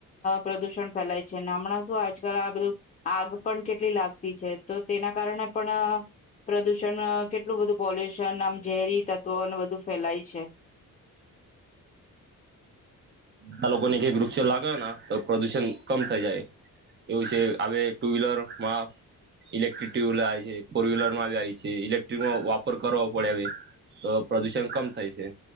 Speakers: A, on the left; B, on the right.
A: પ્રદુષણ ફેલાય છે હમણાં શું આજકાલ આ બધું આગ પણ કેટલી લાગતી છે તો તેના કારણે પણ પ્રદુષણ કેટલું બધું પોલ્યુશન આમ ઝેરી તત્વોને બધું ફેલાય છે
B: બધા લોકોને કક વૃક્ષો લાગે તો પ્રદુષણ કમ થઈ જાય એવું છે હ ટુ વ્હીલરમાં ઇલેક્ટ્રિક ટુ વ્હીલર આવે છે ફોર વ્હીલરમાં આવી આવે છે ઇલેક્ટ્રિકો વાપર કરવો પડે આવે તો પ્રદુષણ કમ થાય છે